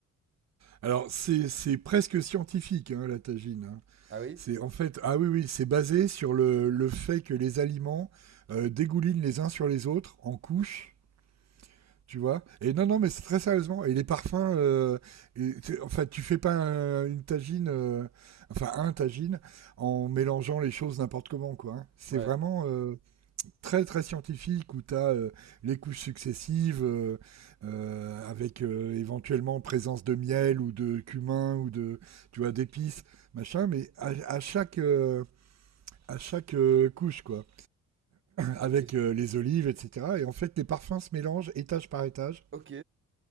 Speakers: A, on the right; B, on the right.
A: Alors, c'est c'est presque scientifique, hein, la tagine. hein.
B: Ah oui?
A: C'est en fait, ah oui, oui, c'est basé sur le, le fait que les aliments euh, dégoulinent les uns sur les autres en couches Tu vois Et non, non, mais c'est très sérieusement. Et les parfums, euh, et tu- enfin, tu fais pas un- une tagine, euh, enfin un tagine, en mélangeant les choses n'importe comment, quoi. hein. C'est
B: Ouais.
A: vraiment euh, très, très scientifique où t'as as les couches successives euh, euh, avec euh, éventuellement présence de miel ou de cumin ou de, tu vois, d'épices, machin, mais à, à chaque, euh, à chaque euh, couche, quoi. Avec
B: Et-
A: euh, les olives, etc. Et en fait, les parfums se mélangent étage par étage.
B: ok,